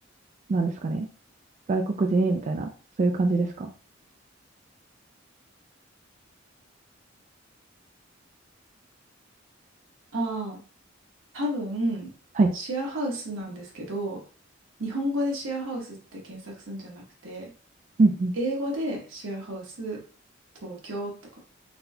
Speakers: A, on the right; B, on the right.
A: なんですかね、外国人みたいな、そういう感じですか
B: ああ、多分、
A: はい。
B: シェアハウスなんですけど、日本語でシェアハウスって検索するんじゃなくて、
A: うんうん。
B: 英語でシェアハウス東京とか